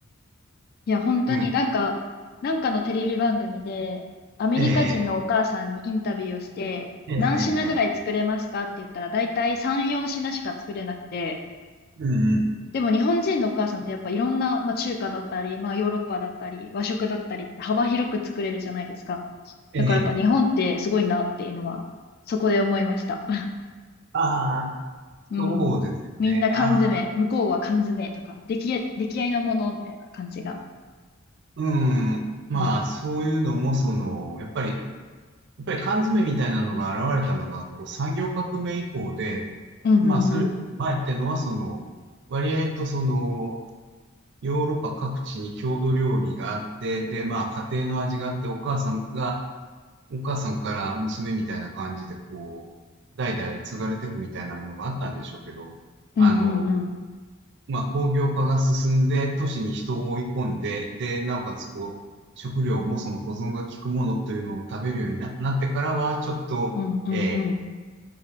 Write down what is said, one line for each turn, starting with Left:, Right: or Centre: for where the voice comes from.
Left: いや、本当になんか、
Right: うん。
Left: なんかのテレビ番組で、アメリカ人のお母さんにインタビューをして、
Right: ええ、ええ、ええ、
Left: 何品ぐらい作れますかって言ったら、
Right: ええ
Left: だいたい3、4品しか作れなくて、
Right: うんうん。
Left: でも日本人のお母さんってやっぱいろんな、まあ、中華だったり、まあヨーロッパだったり、和食だったりって幅広く作れるじゃないですか。
Right: ええ。
Left: だからやっぱ日本ってすごいなっていうのは、そこで思いました。<laughs>
Right: ああ、
Left: うん。
Right: そうですよね。
Left: みんな缶詰、
Right: ああ、
Left: 向こうは缶詰とか、出来合い、出来合いのものみたいな感じが。
Right: うん。まあ、
Left: うん。
Right: そういうのも、その、やっぱり、やっぱり缶詰みたいなのが現れたのが、こう、産業革命以降で、
Left: うんうんうん。
Right: まあ、それ前ってのは、その、割合とその、ヨーロッパ各地に郷土料理があって、で、まあ、家庭の味があって、お母さんが、お母さんから娘みたいな感じで、こう、代々継がれていくみたいなものがあったんでしょうけど、
Left: うんうんうん。
Right: あの、まあ、工業化が進んで、都市に人を追い込んで、で、なおかつ、こう、食料もその保存が効くものというのを食べるようにな、なってからは、ちょっと、
Left: うんうんうん。
Right: え